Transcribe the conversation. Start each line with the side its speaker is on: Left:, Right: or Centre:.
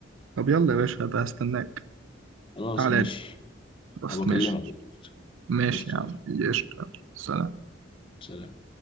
Right: طب يلا يا باشا هبقى استناك
Left: خلاص
Right: تعالى
Left: ماشي
Right: لي بس
Left: هبقى اكلمك
Right: ماشي
Left: قشطة
Right: ماشي
Left: قشطة،
Right: يا عم
Left: يلا
Right: قشطة يلا. سلام
Left: سلام